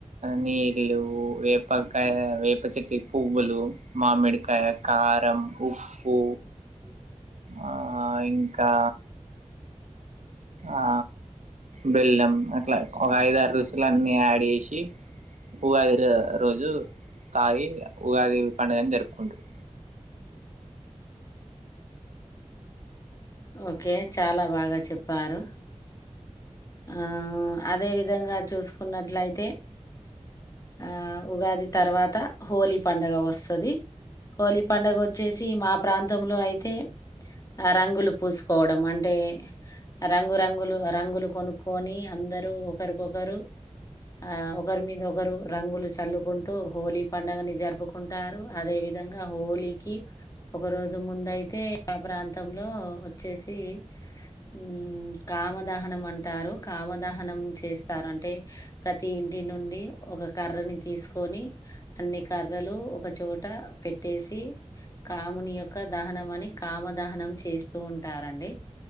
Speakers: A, on the right (about 80°); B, on the left (about 30°).
A: నీళ్ళు వే పకాయ వేప చెట్టి పువ్వులు మామిడికాయ కారం ఉప్పు
B: ఉమ్
A: ఆ ఇంకా ఆ బెల్లం అట్ల ఒక ఐదారుసులు అన్నీ యాడ్ చేసి ఉగాది రోజు తాగి ఉగాది పండుగ జరుపుకుంటరు
B: ఓకే చాలా బాగా చెప్పారు ఆ అదే విధంగా చూసుకున్నట్లయితే ఆ ఉగాది తర్వాత హోలీ పడుగ వస్తది హోలీ పడుగోచ్చేసి మా ప్రాంతంలో అయితే ఆ రంగులు పూసుకోవడం అంటే రంగు రంగులు రంగులు కొనుక్యూని అందరు ఒకరికొకరు ఆ ఒకరి మీద ఒకరు రంగులు చల్లుకుంటూ హోలీ పండుగని జరుపుకు కుంటారు అదే విధంగా హోలీకి ఒక రోజు ముందయితే ఆ ప్రాంతంలో ఒచ్చేసి ఉమ్ కామదహనం అంటారు కామదహనం చేస్తారు అంటే ప్రతి ఇంటి నుండి ఒక కర్రని తీసుకొని అన్ని కర్రలు ఒకచోట పెట్టేసి కాముని యొక్క దహనం అని కామ దహనం చేస్తూ ఉంటారండి